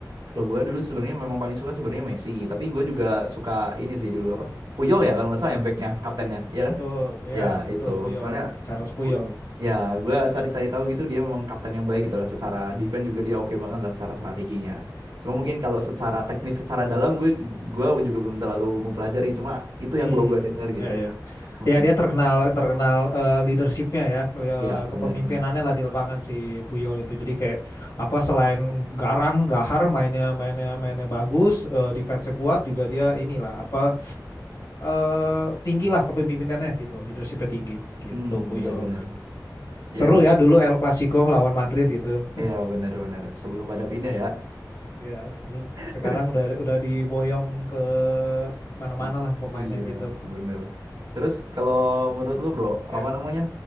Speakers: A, on the right (about 75°); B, on the left (about 65°).
A: Kalau gue dulu sebenarnya memang paling suka sebenarnya Messi, tapi gue juga suka ini sih dulu apa? Puyol ya kalau nggak salah yang backnya, kaptennya, ya kan?
B: Betul, ya
A: Ya
B: betul
A: itu
B: Puyol,
A: soalnya
B: Charles Puyol.
A: gua, ya gue cari-cari tahu gitu dia memang kapten yang baik gitu lah secara defense juga dia oke banget lah secara strateginya cuma mungkin kalau secara teknis secara dalam gue gue juga belum terlalu mempelajari cuma itu
B: Hmm,
A: yang gue gua dengar
B: ya
A: gitu
B: ya.
A: lah Mm-mm.
B: Ya dia terkenal terkenal eh, leadershipnya ya li- eh,
A: ya
B: kepemimpinannya
A: benar-benar
B: lah di lapangan si Puyol itu. Jadi kayak apa selain garang, gahar mainnya mainnya mainnya bagus, eh, defense-nya kuat juga dia inilah apa eh, tinggi lah kepemimpinannya gitu, leadershipnya tinggi gitu
A: Mm, mm ya
B: Puyol.
A: benar benar hmm benar benar ya
B: Seru
A: itu
B: ya dulu El Clasico lawan Madrid gitu.
A: Iya benar-benar sebelum pada pindah ya
B: Ya sebelum
A: <laughs>
B: sekarang udah udah diboyong ke mana-mana
A: Nah,
B: lah pemainnya
A: iya
B: gitu.
A: benar terus kalau menurut lu bro
B: Ya.
A: apa namanya